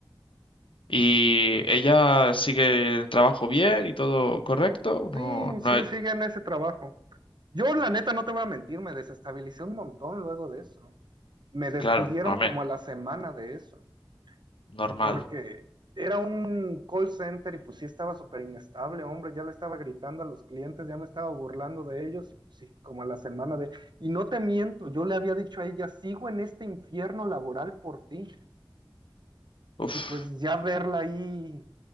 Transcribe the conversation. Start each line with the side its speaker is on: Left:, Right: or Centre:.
Left: ¿Y ella sigue el trabajo bien y todo correcto? No,
Right: Sí,
Left: no,
Right: sí,
Left: es-
Right: sigue en ese trabajo. Yo, la neta, no te voy a mentir, me desestabilicé un montón luego de eso. Me despidieron
Left: claro, no,
Right: como
Left: me,
Right: a la semana de eso.
Left: normal.
Right: porque era un call center y pues sí estaba súper inestable, hombre, ya le estaba gritando a los clientes, ya me estaba burlando de ellos, y pues, sí, como a la semana de... Y no te miento, yo le había dicho a ella, sigo en este infierno laboral por ti,
Left: Uf,
Right: y pues ya verla ahí,